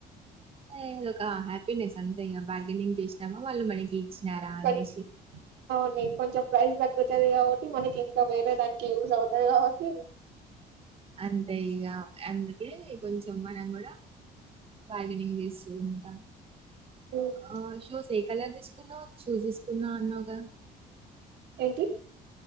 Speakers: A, on the right; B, on the right.
A: నేనుఒక హ్యాపీనెస్ అంతే ఇ బార్గెనింగ్ చేసినామాో వాళ్ళు మనకి ఇచ్చినారా అనేసి
B: కొం అవును కొంచెం ప్రైస్ తగ్గుతది కాబట్టి మనకి ఇంకా వేరే దానికి యూజ్ అవుతాయి కాబట్టి
A: అంతే ఇక అందుకే కొంచెం మనం కూడా బగనింగ్ చేస్తూ ఉంటాం
B: ఉమ్,
A: ఆ షో సే ఎలా తీసుకున్నావు్ షూ తీసుకున్నావు్ అన్నవుగా
B: ఏంటి